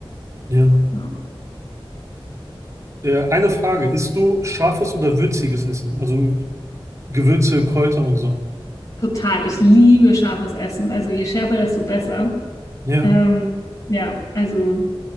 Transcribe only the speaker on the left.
Ja.
Total. Ich liebe scharfes Essen. Also je schärfer, desto besser.
Ähm, ja, also.